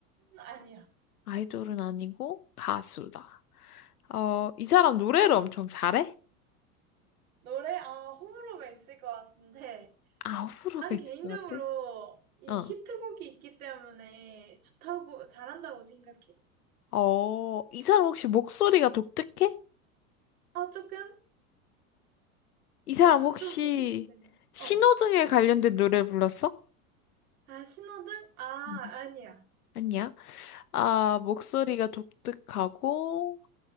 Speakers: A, on the right; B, on the left.
A: 아니야.
B: 아이돌은 아니고 가수다. 어, 이 사람 노래를 엄청 잘해?
A: 노래? 아, 호불호가 있을 것 같은데.
B: 아, 호불호가
A: 난
B: 있을
A: 개인적으로
B: 것 같아.
A: 이
B: 어,
A: 히트곡이 있기 때문에 좋다고, 잘한다고 생각해.
B: 어, 이 사람 혹시 목소리가 독특해?
A: 어, 조금?
B: 이 사람
A: 좀,
B: 혹시
A: 좀 독특한 편이야.
B: 신호등에
A: 어.
B: 관련된 노래를 불렀어?
A: 아, 신호등? 아,
B: 음,
A: 아니야.
B: 아니야. 아, 목소리가 독특하고,